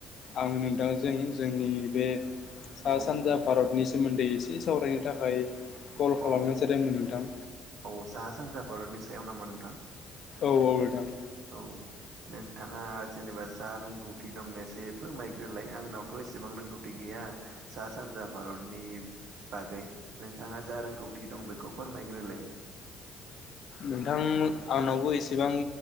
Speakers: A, on the left (about 60°); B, on the right (about 70°).
A: आं नोंथांजों जोंनि बे सा
B: औ
A: सानजा भारतनि सोमोन्दै एसे सावरायनो थाखाय कल
B: औ
A: खालामनाय जादोंमोन नोंथां।
B: औ साहा सानजा भारतनि सायाव नामा नोंथां?
A: औ औ नोंथां।
B: औ। नोंथाङा जेनेबा जा रोंगौथि दं एसे फोरमामग्रोलाय आंनावथ' एसेबां रोंगौथि गै या सा सानजा भारतनि बागै नोंथाङा जा रोंगौथि दं बेखौ फोरमाय दे रायलाय।
A: नोंथां आंनावबो एसेबां